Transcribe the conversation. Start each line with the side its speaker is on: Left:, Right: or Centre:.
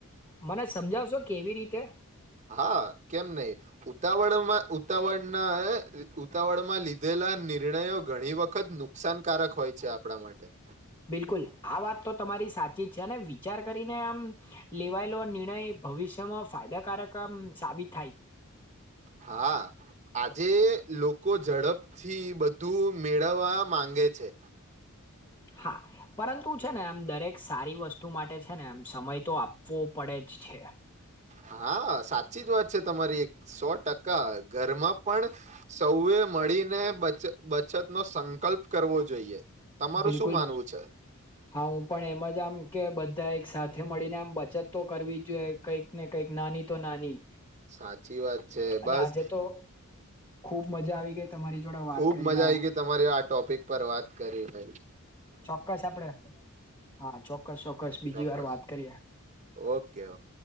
Left: મને સમજાવશો કેવી રીતે?
Right: હા કેમ નહી ઉતાવળમાં ઉતાવળનાઅ ઉતાવળમાં લીધેલા નિર્ણયો ઘણી વખત નુકસાનકારક હોય છે આપડા માટે.
Left: બિલકુલ આ વાત તો તમારી સાચી છે ને વિચાર કરીને આમ લેવાયેલો નિર્ણય ભવિષ્યમાં ફાયદાકારક આમ સાબિત
Right: હા આજે લોકો ઝડપથી બધું મેળવવા માંગે છે.
Left: હા પરંતુ છે ને એમ દરેક સારી વસ્તુ માટે છે ને એમ સમય તો આપવો પડે જ છે.
Right: હા સાચી જ વાત છે તમારી એક સો ટકા ઘરમાં પણ સૌએ મળીને બચ બચત નો સંકલ્પ કરવો જોઈએ. તમારું
Left: બિલકુલ
Right: શું માનવું છે
Left: હા હું પણ એમ જ આમ કે બધા એક સાથે મળીને આમ બચત તો કરવી જ જોઈએ કંઈક ને કંઈક નાની તો નાની.
Right: સાચી વાત છે બસ
Left: અને આજે તો ખુબ મજા આવી ગઈ. તમારી જોડે વાત
Right: ખુબ
Left: કરીને
Right: મજા આઈ ગઈ તમારે આ ટોપિક પર વાત કરી ભાઈ.
Left: ચોક્કસ આપડે હા ચોક્કસ ચોક્કસ બીજી
Right: ચોક્કસ
Left: વાર વાત કરીએ. <inaudible>
Right: Okay okay